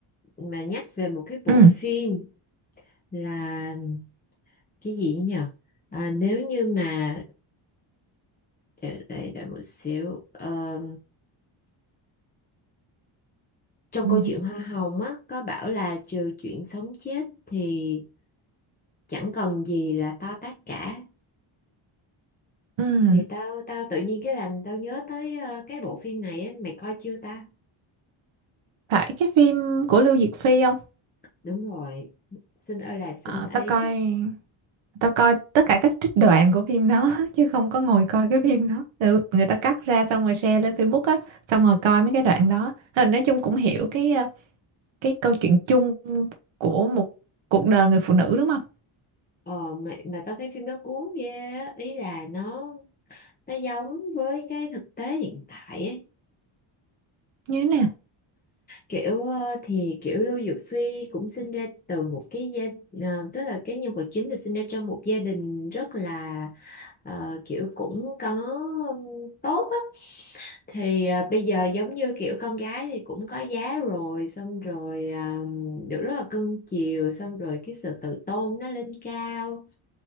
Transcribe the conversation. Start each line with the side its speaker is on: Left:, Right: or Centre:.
Left: mà nhắc về một cái bộ
Right: ừ,
Left: phim là cái gì nhỉ? À, nếu như mà để, để, để một xíu Ờ, trong
Right: Ừ.
Left: câu chuyện Hoa Hồng á có bảo là trừ chuyện sống chết thì chẳng còn gì là to tát cả
Right: ừ.
Left: Vậy tao tao tự nhiên cái làm tao nhớ tới ờ, cái bộ phim này ấy, mày coi chưa ta?
Right: Phải cái phim của Lưu Diệc Phi không?
Left: Đúng rồi. Xin ơi là xin
Right: Ờ,
Left: ấy.
Right: tao coi, tao coi tất cả các trích đoạn của phim đó <laughs> chứ không có ngồi coi cái phim đó. Ừ, người ta cắt ra xong rồi share lên Facebook á, xong rồi coi mấy cái đoạn đó. Ờ, Nói chung cũng hiểu cái ờ, cái câu chuyện chung của một cuộc đời người phụ nữ đúng không?
Left: Ờ mà, mà tao thấy phim đó cuốn ghê á, ý là nó nó giống với cái thực tế hiện tại ấy.
Right: Như thế nào?
Left: Kiểu ờ, thì kiểu Lưu Dược Phi cũng sinh ra từ một cái gia ờ, tức là cái nhân vật chính được sinh ra trong một gia đình rất là ờ, kiểu cũng có ừm, tốt á thì à, bây giờ giống như kiểu con gái thì cũng có giá rồi xong rồi à, được rất là cưng chiều xong rồi cái sự tự tôn nó lên cao